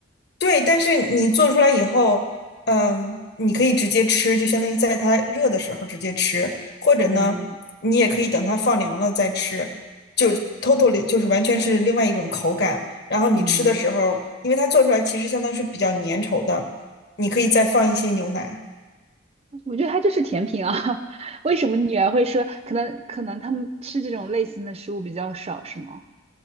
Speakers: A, on the left; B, on the right.
A: 对，但是你做出来以后，嗯，你可以直接吃，就相当于在它热的时候直接吃，或者呢，
B: 嗯
A: 你也可以等它放凉了再吃，就 totally 就是完全是另外一种口感。然后你吃的时候，
B: 嗯，
A: 因为它做出来其实相当是比较粘稠的，你可以再放一些牛奶。
B: 我觉得它就是甜品啊。<laughs> 为什么女儿会说，可能可能他们吃这种类型的食物比较少，是吗？